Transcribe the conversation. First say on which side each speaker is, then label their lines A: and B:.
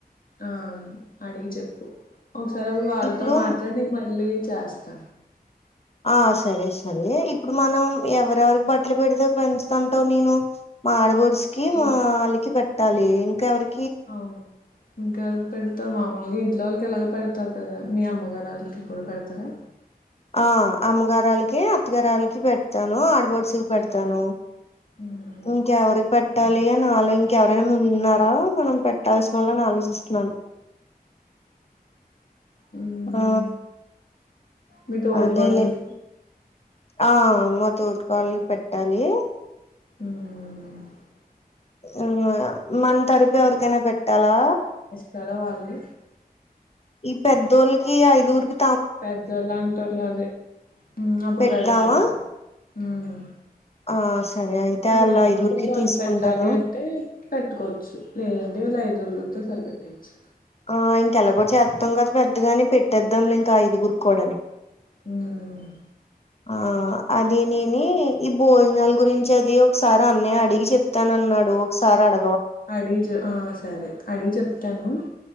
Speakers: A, on the left; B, on the left.
A: ఆ అడిగి చెప్పు ఒకసారి అప్పుడు వాళ్ళతో
B: ఇప్పుడు
A: మాట్లాడి నికు మళ్ళీ చేస్తా
B: ఆ సరే సరే ఇప్పుడు మనం ఎవరెవరికి బట్టలు పెడితే పెంచుదంటవ్ నేను మా ఆడపడుచుకి మా
A: ఇంట్లో
B: ఆళ్ళకి పెట్టాలి ఇంకా ఎవరి
A: అవును ఇంకెవరికి పెడతారు మామూలుగా ఇంట్లో వాళ్ళకి ఎలాగో పెడుతారు కదా మీ అమ్మగారు వాళ్ళకి కూడా పెడుతారా
B: ఆ అమ్మగారాళ్ళకి అత్తగారళ్ళకి పెడతాను ఆడ్ పడుచుకు పెడతాను
A: పెట్టాలి మ్మ్
B: ఇంకెవరికి పెట్టాలి అన్ నాలో ఇంకెవరైనా ఉన్నారా మనం పెట్టాల్సిన వాళ్ళ నే ఆలోచిస్తున్నాను
A: మ్మ్
B: ఆ
A: మీ తోడికోడలికి
B: అదేలే ఆ అమ్మో తోటకాళ్ క్ పెట్టాలి
A: మ్
B: ఆ మన తరుపు ఎవరికైనా పెట్టాలా
A: తార వాళ్ళు
B: ఈ పెద్దోళ్ళకి ఐదు గురికి
A: పెద్దోలంటారు లే ఆదే ఉన్నప్పుడు
B: పెడదామా
A: పెడుతారు మ్
B: ఆ సరే అయితే
A: అప్పుడు
B: అలా
A: ఏమన్నా
B: ఐదుగురికి
A: కొంచెం
B: తీసుకుంటాను
A: అని పెట్టాలి అంటే పెట్టుకోవచ్చు లేదండి ఐదు గురితో సరి పెట్టేయ్యొచ్చు
B: ఆ ఇంకెలాగో చేస్తాం కదా పెద్దగాని పెట్టేద్దాంలే ఇంకా ఐదుగురికికుడని
A: మ్
B: ఆ అదే నిని ఈ భోజనాల గురించి అది ఒకసారి అన్నయ్య అడిగి చెప్తానన్నాడు ఒకసారి అడ
A: అడిగి జ ఆ సరే అడిగి చెప్తాను